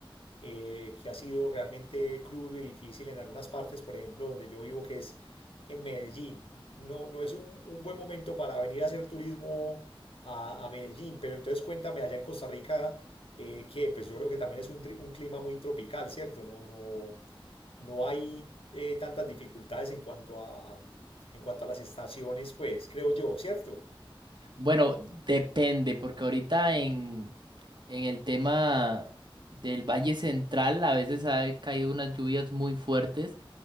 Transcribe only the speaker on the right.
Bueno, depende, porque ahorita en, en el tema del Valle Central a veces ha caído unas lluvias muy fuertes.